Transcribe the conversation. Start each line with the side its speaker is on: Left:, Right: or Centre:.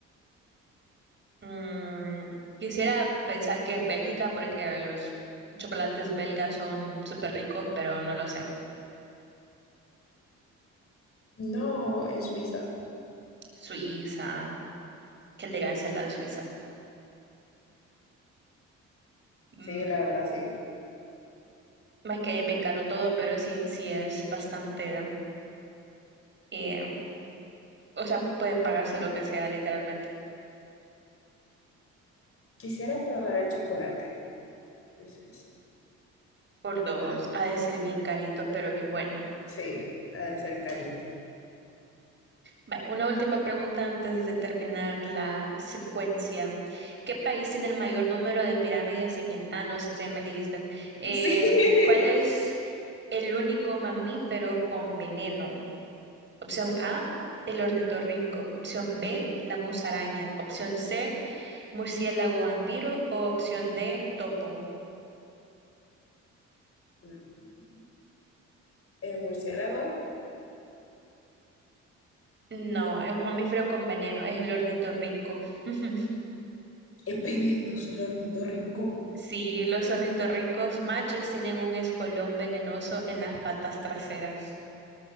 Right: Mm, quisiera pensar que es Bélgica porque los chocolates belgas son súper ricos, pero no lo sé.
Left: No, es Suiza.
Right: Suiza, qué elegancia la de Suiza. Mm,
Left: Sí, la verdad, sí.
Right: más que es bien caro todo, pero sí, sí es bastante, eh, o sea, pueden pagarse lo que sea literalmente
Left: Quisiera probar el chocolate de Suiza.
Right: por dos.
Left: Hmm,
Right: Ha de ser bien carito, pero bien bueno.
Left: sí, ha de ser carito.
Right: Vaya, una última pregunta antes de terminar la secuencia. ¿Qué país tiene el mayor número de pirámides en el... Ah, no, ese ya me elegiste. Eh,
Left: <laughs> Sí.
Right: ¿cuál es el único mamífero con veneno? Opción A, el ornitorrinco. Opción B, la musaraña. Opción C, murciélago vampiro. O opción D, topo.
Left: Mm, El murciélago
Right: No, es un mamífero con veneno, es el ornitorrinco. <laughs>
Left: es venenoso el ornitorrinco.
Right: Sí, los ornitorrincos machos tienen un espolón venenoso en las patas traseras.